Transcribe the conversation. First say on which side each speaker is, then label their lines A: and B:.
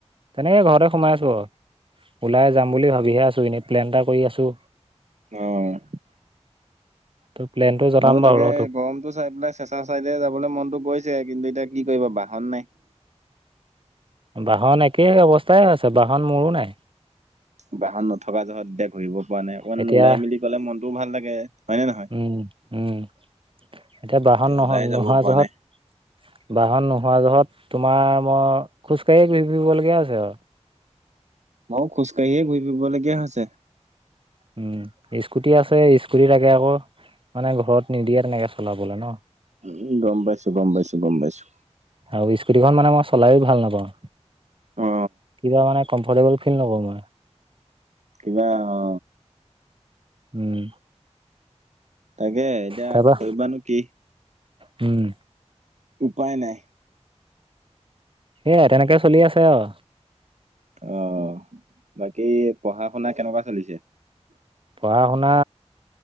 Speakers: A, on the right (about 50°); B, on the right (about 80°).
A: তেনেকে ঘৰতে সোমাই আছো আৰু। ওলাই যাম বুলি ভাবিহে আছোঁ এনেই প্লেন এটা কৰি আছোঁ।
B: অ',
A: ত প্লেনটো জনাম
B: ময়ো
A: বাৰু
B: তাকে
A: ৰ তোক
B: গৰমতটো চাই পেলাই চেষ্টা া চাইডে যাবলৈ মনতো গৈছে, কিন্তু এতিয়া কি কৰিব বাহন নাই।
A: বাহন একেই অৱস্থাই হৈছে, বাহন মোৰো নাই।
B: বাহন নথকা জহত এতিয়া ঘূৰিব পৰা নাই, অকণমান
A: এতিয়া
B: ওলাই মেলি গ'লে মনটোও ভাল লাগে। হয় নে নহয়
A: উম উম, এতিয়া বাহন নহ
B: ওলাই যাব
A: নোহোৱা
B: পৰা
A: জোহত
B: নাই
A: বাহন নোহোৱা জহত, তোমাৰ মই, খোজকাঢ়িয়ে ঘূৰি ফুৰিবলগীয়া হৈছে আৰু।
B: ময়ো খোজকাঢ়িয়ে ঘূৰি ফুৰিবলগীয়া হৈছে।
A: উম, স্কুটি আছে, স্কুটি তাকে আকৌ মানে ঘৰৰ পৰা নিদিয়ে তেনেকে চলাবলে ন।
B: উম গম পাইছো, গম পাইছো, গম পাইছো।
A: আৰু স্কুটিখন মানে মই চলায়ো ভাল নাপাওঁ।
B: অ
A: কিবা মানে কফৰ্টেবল ফিল নকৰো মই।
B: কিবা অ'।
A: উম।
B: তাকে এতিয়া
A: তাৰপা
B: কৰিবানো কি।
A: উম।
B: উপায় নাই।
A: এয়া তেনেকে চলি আছে আৰু।
B: অ', বাকী পঢ়া শুনা কেনেকুৱা চলিছে?
A: পঢ়া শুনা,